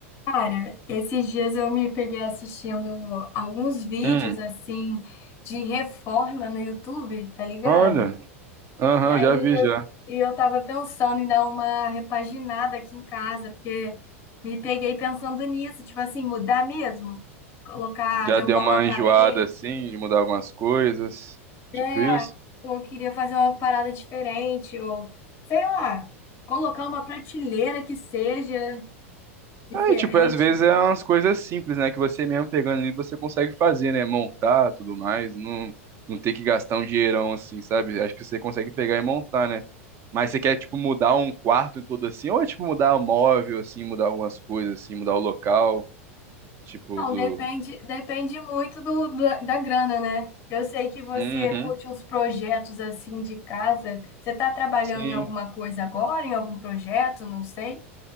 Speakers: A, on the left; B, on the right.
A: Cara, esses dias eu me peguei assistindo alguns vídeos
B: Hum,
A: assim de reforma no YouTube, tá ligado?
B: olha. Aham,
A: E aí
B: já vi
A: eu,
B: já.
A: e eu tava pensando em dar uma repaginada aqui em casa, porque me peguei pensando nisso, tipo assim, mudar mesmo, colocar,
B: Já
A: derrubar
B: deu uma
A: uma parede,
B: enjoada assim, de mudar algumas coisas. Tipo
A: né?
B: isso.
A: Ou eu queria fazer uma parada diferente, ou sei lá, colocar uma prateleira que seja diferente.
B: Aí, tipo, às vezes é umas coisas simples, né? Que você mesmo pegando ali, você consegue fazer, né? Montar, tudo mais. Não, não ter que gastar um dinheirão assim, sabe? Acho que você consegue pegar e montar, né? Mas você quer, tipo, mudar um quarto todo assim? Ou é, tipo, mudar o móvel, assim, mudar algumas coisas, assim, mudar o local, tipo,
A: Não,
B: do...
A: depende, depende muito do, da, da grana, né? Eu sei que você
B: Uhum.
A: curte uns projetos assim de casa. Você está trabalhando
B: Sim.
A: em alguma coisa agora, em algum projeto? Não sei.